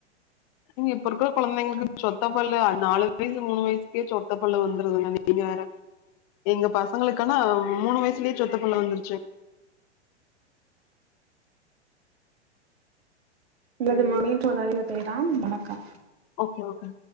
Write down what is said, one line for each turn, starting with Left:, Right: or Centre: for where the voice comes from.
Left: நீங்க இப்ப இருக்க கொழந்தைங்களுக்கு சொத்த பல்லு நாலு வயசு மூணு வயசுக்கே சொத்த பல்லு வந்துருதுங்க நீங்க வேற எங்க பசங்களுகானா மூணு வயசுலயே சொத்த பல்லு வந்துருச்சு
Right: இல்ல
Left: ம்
Right: இது <unintelligible> வணக்கம்
Left: ஓகே ஓகே